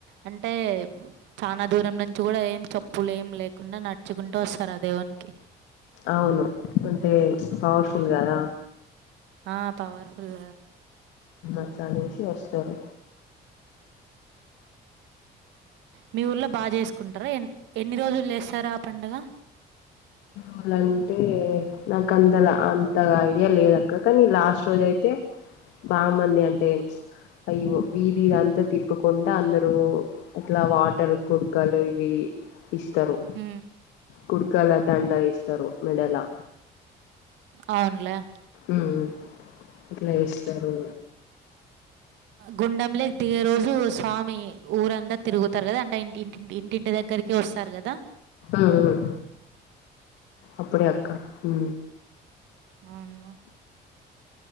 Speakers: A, on the right (about 85°); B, on the left (about 85°).
A: అంటే చాల దూరం నుంచి కూడా ఏం చెప్పులు ఏం లేకుండా నడుచుకుంటూ వస్తారు ఆ దేవునికి
B: అవును అంటే పవర్ఫుల్ కదా
A: ఆ పవర్ఫుల్
B: అట్ల అనేసి వస్తారు
A: మీ ఊర్లో బా చేస్ ఎ ఎన్ని రోజులు చేస్తారు ఆ పండుగ
B: వల్ల అంటే నాకు అంత అంత ఐడియా లేదు కానీ లాస్ట్ రోజ అయితే బాగా మంది అంటే అదిగో వీదిదంతా తిప్పుకుంటూ అందరూ అట్లా వాటర్ కుడ్కాలు ఇవి ఇస్తరు
A: హ
B: కుడ్కాల దండ వేస్తారు మెడలా
A: అవునులే
B: ఉమ్ అట్లా చేస్తారో
A: గుండెం లోకి దిగే రోజు స్వామి ఊరంతా తిరుగుతారు కదా అంటే ఇంటి ఇంటింటి దగ్గరికి వస్తారు కదా
B: ఉమ్ అప్పుడే అక్క ఊ
A: అవును